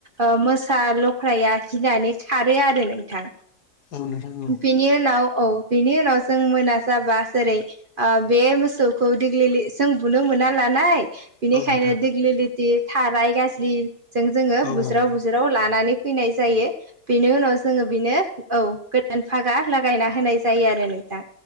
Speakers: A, on the right; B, on the left.
A: ओ मोसा ल' ख्राया गिनानै खारो आरो नोंथां ।
B: औ नोंथां औ नोंथां औ
A: बिनि उनाव औ बेनि उनाव जों मोना जाबा जेरै ओ बे मोसौखौ दिग्लिलि जों बुनो मोनाा लानाय बिनिखायनो
B: औ नोंथां
A: दिग्लि लिथि, थाराय गाज्लिजों जोङो
B: औ नोंथां औ नोंथां औ नोंथां औ
A: बुज्राव-बुज्राव
B: नोंथां औ नोंथां
A: लानानै फैनाय जायो बेनि उनाव जोङो बिनो औ गोदान फागा लागायना होनाय जायो आरो नोंथां